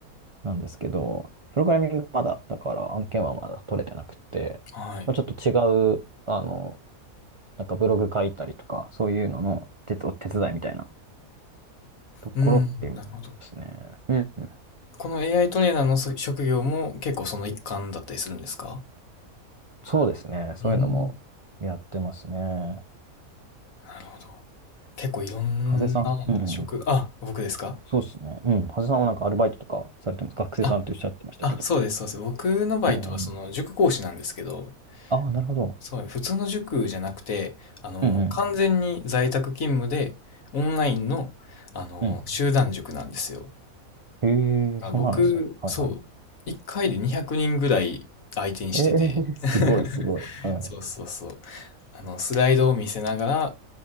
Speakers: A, on the right; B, on the left.
A: なんですけど、プログラミングまだ、だから案件はまだ取れてなくて、
B: あ、はい。
A: まあ、ちょっと違う、あの、なんかブログ書いたりとか、そういうのの手つ、お手伝いみたいなところでますね。
B: うん、なるほど。
A: うんうん。
B: この AI トレーナーのそ職業も結構その一環だったりするんですか
A: そうですね。そういうのもやってますね。
B: うん、なるほど。結構いろんな職、
A: ハゼさん。うんうんうん。
B: あ、僕ですか
A: そうですね。うん。ハゼさんはなんかアルバイトとかされてます。学生さんっておっしゃってましたけど。
B: あ、あ、そうです、そうです。僕のバイトはその塾講師なんですけど、
A: うんうん。ああ、なるほど。
B: そう、普通の塾じゃなくて、あの、
A: うんうん。
B: 完全に在宅勤務で、オンラインの、あの、
A: うん。
B: 集団塾なんですよ。
A: へ
B: あ、
A: え、そんなのですね。
B: 僕、
A: はいはい。
B: そう、1回で200人ぐらい相手にしてて、
A: ええ、すごいすごい。
B: <laughs>
A: はい。
B: そうそうそう。あの、スライドを見せながら、